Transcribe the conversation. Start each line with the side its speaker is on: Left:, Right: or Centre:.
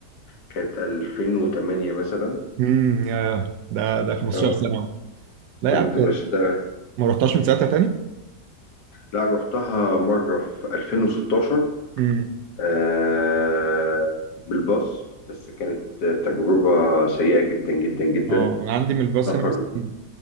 Left: كانت 2008 مثلا
Right: امم آه، ده ده 15
Left: اه
Right: سنه لا
Left: كنت
Right: يا عم
Left: بشتغل
Right: ما رحتهاش من ساعتها
Left: لا رحتها مرة في 2016
Right: تاني
Left: آه بالباص بس كانت تجربة سيئة جدا جدا جدا
Right: اه انا عندي من الباص
Left: سفر
Right: هنا مثلا